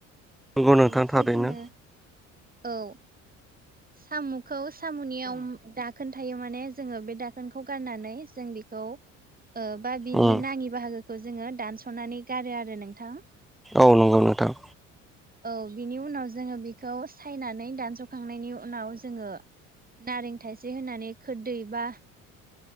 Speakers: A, in the centre; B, on the right.
A: नंगौ नोंथां
B: बेनिफ्राय
A: थारैनो
B: जोङो औ। साम'खौ साम'नियाव दा खोनथायो माने जोङो बे दाखोनखौ गारनानै जों बेखौ ओ बा बेनि
A: उम
B: नाङि बाहागोखौ जोङो दानस'नानै गारो आरो नोंथां।
A: औ नंगौ नोंथां।
B: औ बिनि उनाव जोङो बेखौ सायनानै दानस'खांनायनि उनाव जोङो नारें थाइसे होनानै खोरदै बा